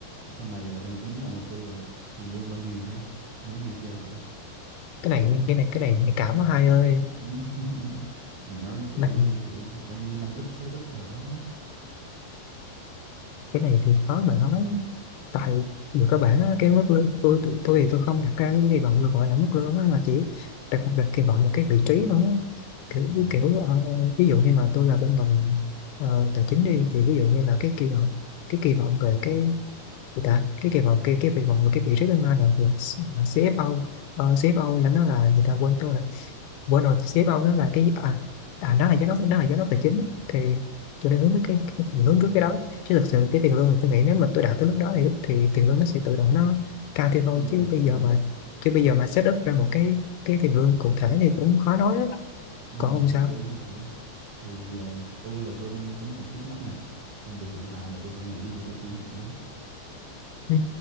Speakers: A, on the right (about 65°); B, on the left (about 80°).
A: sau này là đang tính là mục tiêu là tiền lương bao nhiêu một tháng nói nghe chơi thử
B: cái này cái này cái này nhạy cảm quá hai ơi
A: Ừ. <laughs> thì nói kiểu
B: này
A: kiểu bao nhiêu năm ít sáu ít rồi đó
B: cái này thì khó mà nói tại người cơ bản á, cái mức lương tôi, tôi tôi thì tôi không đặt ra cái kỳ vọng được gọi là mức lương á, mà chỉ đặt đặt kỳ vọng là cái vị trí nó kiểu
A: ồ
B: kiểu ờ, ví dụ như là tôi là bên ngành ờ, tài chính đi thì ví dụ như là cái kỳ vọng cái kỳ vọng về cái thì ta cái kỳ vọng cái cái kỳ vọng và cái vị trí tương lai là, là, là CFO ờ, CFO là nó là người ta quên tôi rồi quên rồi CFO nó là cái à, à nó là giám đốc nó là giám đốc tài chính thì tôi đang hướng tới cái, cái hướng tới cái đó chứ thực sự cái tiền lương thì tôi nghĩ nếu mà tôi đạt tới lúc đó thì thì tiền lương nó sẽ tự động nó cao thêm thôi
A: nó lên
B: chứ bây
A: ừ
B: giờ mà chứ bây giờ mà set up ra một cái cái tiền lương cụ thể thì cũng khó nói lắm
A: ừ
B: còn ông
A: hợp
B: sao
A: lý hợp lý thì ờ, tôi là tôi đang tính là trước mắt nè công việc hiện tại là tôi phải nghỉ để tôi kiếm việc mới
B: ừ.